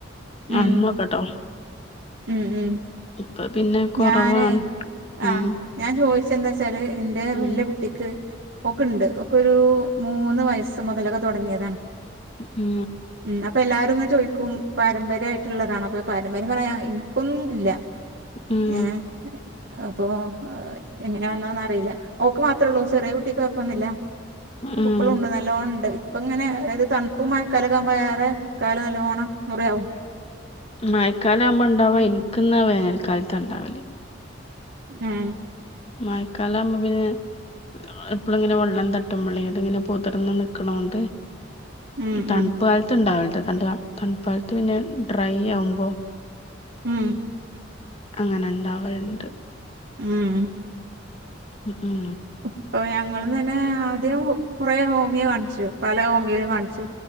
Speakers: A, on the right; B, on the left.
A: ഉം
B: അന്ന്കേട്ടോ
A: ഉം ഉം
B: ഇപ്പ പിന്നെ കൊറവാണ്
A: ഞാനേ ആഹ്
B: ഉം
A: ഞാൻ ചോദിച്ച എന്താ വച്ചാല് എന്റെ
B: ഉം
A: വല്യ കുട്ടിക്ക് ഒക്കെ ഉണ്ട് ഒക്കെ ഒരു മൂന്ന് വയസ്സ് മുതലൊക്കെ തുടങ്ങിയതാണ്
B: ആഹ്
A: ഉം അപ്പൊ എല്ലാരുംങ്ങ ചോയ്ക്കും പാരമ്പര്യമായിട്ടുള്ളതാണോ അപ്പൊ പാരമ്പര്യം പറയാ എനിക്കൊന്നും ഇല്ല
B: ഉം
A: ഞാൻ അപ്പൊ എങ്ങനെ വന്നാന്ന് അറിയില്ല ഓക്ക് മാത്രേള്ളൂ ചെറിയ കുട്ടിക്ക് കൊയപ്പൊന്നില്ല
B: ഉം
A: ഇപ്പലുണ്ട് നല്ലോണം ഉണ്ട് ഇപ്പ ഇങ്ങനെ അതായത് തണുപ്പും മഴക്കാലമാകുമ്പോ ഏറെ കാല് നല്ലോണം ച്ചൊറയാവും
B: മായക്കാലാകുമ്പോ ഉണ്ടാവുക എനിക്കന്നാ വേനൽക്കാലത്ത ഉണ്ടാകുവാ
A: ആഹ്
B: മയക്കാലാകുമ്പോ പിന്നെ എപ്പോളുമിങ്ങനെ വെള്ളം തട്ടുമ്പളെ അത് ഇങ്ങനെ പൊതിർന്ന് നിക്കണോണ്ട്
A: ഉം
B: തണുപ്പ്
A: ഉം
B: കാലത്ത് ഉണ്ടാവല്ണ്ട് തണുപ്പ് കാലത്ത് പിന്നെ ഡ്രൈ ആവുമ്പോ
A: ഉം
B: അങ്ങനെയിണ്ടാവലുണ്ട്
A: ഉം
B: ഉം
A: ഇപ്പൊ ഞങ്ങള് തന്നെ ആദ്യം കൊറ ഹോമിയോ കാണിച്ചു പല ഹോമിയേലും കാണിച്ചു